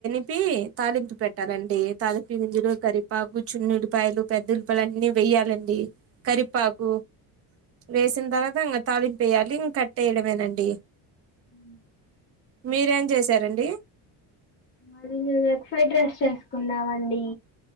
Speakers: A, on the right; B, on the left.
A: ప్పి తాలింపు పెట్టాలండి తాలింపి గింజలు కరిపాకు చున్ను ఉలిపాయలు పెద్ద ఉలిపపాయ అన్నీ వ తీయ్యాలండి కరిపాకు వేసిన తర్వాత ఇంకా తాళింపు వేయాలి ఇంకా కట్టేయడమేనండి
B: అ నిశ్శబ్దంగా ఉంది
A: మీరేం చేసారండి
B: మరి నువు ఎగ్ ఫ్రైడ్ రైస్ చేసుకున్నావండి